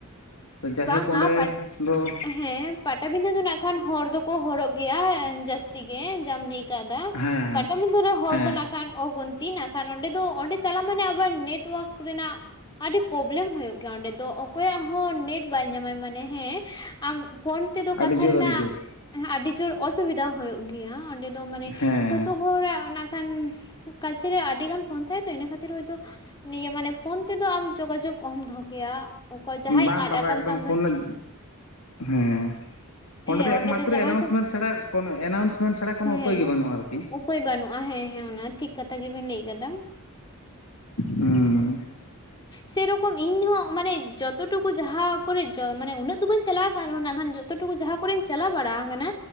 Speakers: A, on the left; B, on the left.
A: ᱡᱟᱭᱦᱳᱠ
B: ᱵᱟᱝᱟ
A: ᱚᱸᱰᱮ
B: ᱯᱟᱴ,
A: ᱫᱚ
B: ᱮᱦ ᱦᱮᱸ ᱯᱟᱴᱟᱵᱤᱸᱫᱟᱹ ᱫᱚ ᱱᱟᱜ ᱠᱷᱟᱱ ᱦᱚᱲ ᱫᱚᱠᱚ ᱦᱚᱨᱚᱜ ᱜᱮᱭᱟ ᱮ ᱡᱟᱹᱥᱛᱤ ᱜᱮ ᱡᱟᱢ ᱞᱟ. ᱭ ᱠᱟᱫᱟ
A: ᱦᱮᱸ
B: ᱯᱟᱴᱟᱵᱤᱸᱫᱟᱹ ᱨᱮ ᱦᱚᱲ
A: ᱦᱮᱸ
B: ᱫᱚ ᱱᱟᱜ ᱠᱷᱟᱱ ᱚᱜᱩᱱᱛᱤ ᱱᱟᱜ ᱠᱷᱟᱱ ᱚᱸᱰᱮ ᱫᱚ ᱚᱸᱰᱮ ᱪᱟᱞᱟᱜ ᱢᱟᱱᱮ ᱟᱵᱟᱨ ᱱᱮᱴᱚᱣᱟᱠ ᱨᱮᱱᱟᱜ ᱟᱹᱰᱤ ᱯᱳᱵᱞᱮᱢ ᱦᱩᱭᱩᱜ ᱜᱮᱭᱟ ᱚᱸᱰᱮ ᱫᱚ ᱚᱠᱚᱭᱟᱜ ᱦᱚᱸ ᱱᱮᱴ ᱵᱟᱭ ᱧᱟᱢᱟᱭ ᱢᱟᱱᱮ ᱦᱮᱸ, ᱟᱢ ᱯᱷᱳᱱ ᱛᱮᱫᱚ
A: ᱟᱹᱰᱤ
B: ᱠᱟᱛᱷᱟ
A: ᱡᱳᱨ
B: ᱨᱮᱱᱟᱜ
A: ᱟᱹᱰᱤ ᱡᱳᱨ
B: ᱦᱮᱸ ᱟᱹᱰᱤ ᱡᱳᱨ ᱚᱥᱩᱵᱤᱫᱷᱟ ᱦᱩᱭᱩᱜ ᱜᱮᱭᱟ ᱚᱸᱰᱮ ᱫᱚ ᱢᱟᱱᱮ
A: ᱦᱮᱸ
B: ᱡᱷᱚᱛᱚ ᱦᱚᱲᱟᱜ ᱚᱱᱟ ᱠᱷᱟᱱ ᱠᱟᱪᱷᱮ ᱨᱮ ᱟᱹᱰᱤᱜᱟᱱ ᱯᱷᱳᱱ ᱛᱟᱦᱮᱸ ᱛᱚ ᱤᱱᱟᱹ ᱠᱷᱟᱹᱛᱤᱨ ᱦᱚᱭᱛᱳ ᱱᱤᱭᱟᱹ ᱢᱟᱱᱮ ᱯᱷᱳᱱ ᱛᱮᱫᱚ ᱟᱢ ᱡᱳᱜᱟᱡᱳᱜᱽ ᱚᱦᱚᱢ ᱫᱚᱦᱚ ᱠᱮᱭᱟ ᱚᱠᱚᱭ ᱡᱟᱦᱟᱸᱭ
A: ᱵᱟᱝ
B: ᱟᱫ
A: ᱵᱟᱵᱟ
B: ᱟᱠᱟᱱ
A: ᱮᱠᱫᱚᱢ
B: ᱛᱟᱢᱟᱭ
A: ᱯᱷᱳᱱ ᱱᱟᱜ, ᱦᱮᱸ᱾ ᱚᱸᱰᱮ
B: ᱦᱮᱸ
A: ᱫᱚ ᱮᱠᱢᱟᱛᱨᱚ
B: ᱡᱟᱦᱟᱸᱭ
A: ᱮᱱᱟᱣᱩᱱᱥᱢᱮᱱᱴ
B: ᱥᱮ
A: ᱪᱷᱟᱲᱟ ᱠᱳᱱᱳ ᱮᱱᱟᱣᱩᱱᱥᱢᱴ ᱪᱷᱟᱲᱟ ᱠᱚᱱᱳ
B: ᱦᱮᱸ
A: ᱩᱯᱟᱹᱭ ᱜᱮ ᱵᱟᱹᱱᱩᱜᱼᱟ ᱟᱨᱠᱤ᱾
B: ᱩᱯᱟᱹᱭ ᱵᱟᱹᱱᱩᱜᱼᱟ ᱦᱮᱸ ᱦᱮᱸ ᱚᱱᱟ ᱴᱷᱤᱠ ᱠᱟᱛᱷᱟ ᱜᱮᱵᱮᱱ ᱞᱟᱹᱭ ᱠᱟᱫᱟᱢ
A: ᱦᱚᱸ᱾
B: ᱥᱮᱭ ᱨᱚᱠᱚᱢ ᱤᱧ ᱦᱚᱸ ᱢᱟᱱᱮ ᱡᱚᱛᱚ ᱴᱩᱠᱩ ᱡᱟᱦᱟᱸ ᱠᱚᱨᱮᱜ ᱡᱚ ᱢᱟᱱᱮ ᱩᱱᱟᱹᱜ ᱫᱚ ᱵᱟᱹᱧ ᱪᱟᱞᱟᱣ ᱟᱠᱟᱱ ᱨᱮᱦᱚᱸ ᱱᱟᱜ ᱠᱷᱟᱱ ᱡᱚᱛᱚ ᱴᱩᱠᱩ ᱡᱟᱦᱟᱸ ᱠᱚᱨᱮᱧ ᱪᱟᱞᱟᱣ ᱵᱟᱲᱟ ᱟᱠᱟᱱᱟ